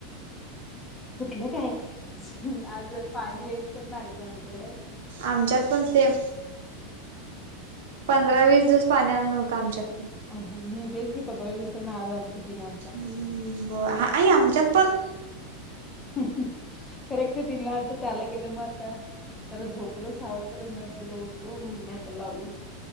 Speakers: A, on the left; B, on the right.
A: कुठलं काय आज पाणी <inaudible> आमच्याकड
B: आमच्यात पण सेम पंधरा वीस दिवस पाणी आलं नव्हतं आमच्यात पण
A: अाम तेच की पंधरावीस दिवसाना आज आलत तीन वाजता.
B: हम्म हो आई आमच्यात पण
A: हम्म हम्म करेक्ट तीनला आलत चारला गेलं मग आता परत जरा झोपलो सहवाजेपर्यंत आता जरा उठलो मग आता लावलो